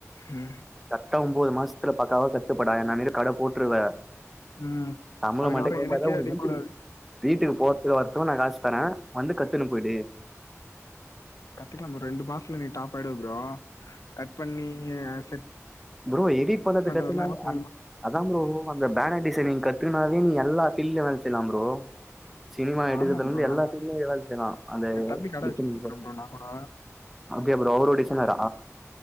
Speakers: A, on the left; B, in the centre.
A: ம்
B: கர்டா ஒம்போது மாசத்துல பக்காவா கத்துப்படா என்ன மேரி கட போட்ருவ
A: ம்.
B: சம்பள
A: அதுக்கப்புறம்
B: மட்டூ கேக்காத
A: எனக்கே
B: உனக்கு
A: கத்துக்கணும். அடிக்கக்கூடாது.
B: வீட்டுக்கு வீட்டுக்கு போறத்துக்கு வரத்துக்கூ நா காசு தரேன் வந்து கத்துன்னு போய்டு
A: கத்துக்கலா ப்ரோ ரெண்டு மாசத்துல நீ டாப் ஆயிடுவ ப்ரோ கட் பண்ணி செட்
B: ப்ரோ எடிட் பண்ணது
A: பண்றதெல்லாம்
B: கத்துக்னால
A: மாசம்
B: அந்
A: மாசம்
B: அதா ஃப்ரோ அந்த பேனர் டிசைனிங் நீங்க கத்துனாவே நீ எல்லா பீல்லயயூ வேல் செய்யலா ஃப்ரோ சினிமா எடுக்கத்ர்ல
A: ஆமா
B: இருந்து
A: ப்ரோ.
B: எல்லாத்தையுமே
A: நல்லா
B: நீ செய்யலா அந்த
A: என் தம்பி கடை
B: டீசின்
A: வச்சுட்டுருக்கான்
B: போ
A: ப்ரோ நான் கூட.
B: அப்டியா ஃப்ரோ அவரூ டிசைனரா